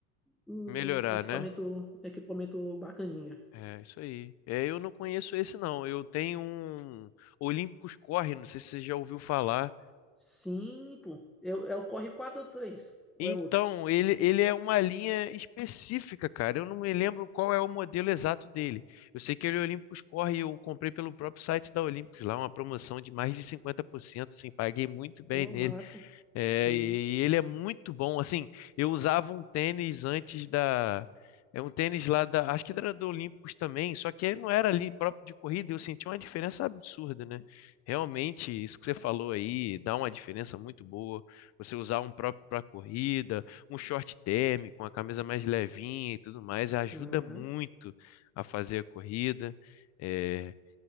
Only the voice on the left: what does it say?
Melhorar,
né?
É, isso aí. É, eu não conheço esse, não. Eu tenho um Olímpicos Corre, não sei se você já ouviu falar.
Então,
ele, ele é uma linha específica, cara. Eu não me lembro qual é o modelo exato dele. Eu sei que ele é Olympus Core e eu comprei pelo próprio site da Olympus lá, uma promoção de mais de 50%. assim, paguei muito bem
nele.
É,
e ele é muito bom. Assim, eu usava um tênis antes da. É um tênis lá da. Acho que era do Olímpicos também, só que ele não era ali próprio de corrida. Eu senti uma diferença absurda, né? Realmente, isso que você falou aí dá uma diferença muito boa. Você usar um próprio para corrida, um short térmico, uma camisa mais levinha e tudo mais, ajuda
muito a fazer a corrida. É,